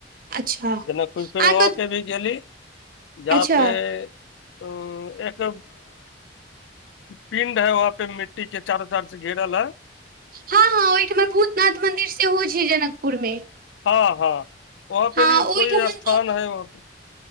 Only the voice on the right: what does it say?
अच्छा
अहाँके
अच्छा
हँ हँ ओहिठुमा भूतनाथ मंदिर सेहो छै जनकपुर मे
हँ
ओहिठमन
तऽ